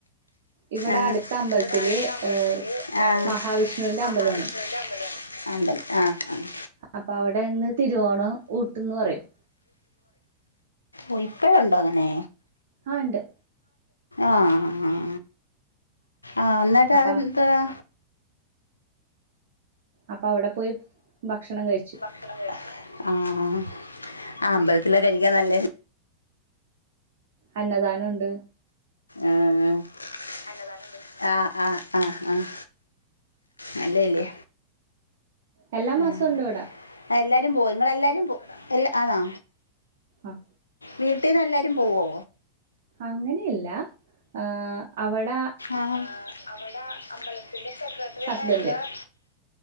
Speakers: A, on the right (about 55°); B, on the left (about 80°).
A: ഇവിടെ
B: ആഹ്
A: അടുത്ത അമ്പലത്തില്
B: ഇവിടാടുത്തമ്പലത്തില്
A: ഏ
B: ആ
A: മഹാവിഷ്ണുവിന്റെ
B: മഹാവിഷ്ണുന്റെ
A: അമ്പലമാണ്
B: അമ്പലോണ് അമ്പൽആഹ് ആഹ്
A: അപ്പാവിടെന്ന് തിരുവോണം ഊട്ട്ന്ന് പറയും
B: ഓഹ് ഇപ്പഴൊണ്ടോങ്ങനെ
A: ആഹ് ഉണ്ട്
B: ആഹ് ആഹ് ന്നിട്ട്
A: അപ്പ
B: അതെന്തുവാ
A: അപ്പവിടെ പോയി ഭക്ഷണം കഴിച്ചു
B: ആഹ് ആഹ് അമ്പലത്തില കഴിക്കാൻ നല്ല
A: അന്നദാനൊണ്ട്
B: ആഹ് ആഹ് അന്നദാനോണ്ട് ആഹ് ആഹ് ആഹ് ആഹ് നല്ലയല്ലേ
A: എല്ലാ
B: ആഹ്
A: മാസവും ഉണ്ട് ഇവിടെ
B: എല്ലാരും പോയി നിങ്ങളെല്ലാരും പോ എല്ലാ ആണാ
A: ആഹ്
B: വീട്ടീന്ന് എല്ലാവരും പോവോ
A: അങ്ങനെയല്ല ആഹ് അവട
B: ആഹ് അവട അമ്പലത്തിന്റെ സെക്രട്ടറി
A: ഹസ്ബൻഡ്
B: ആണ് എല്ലാം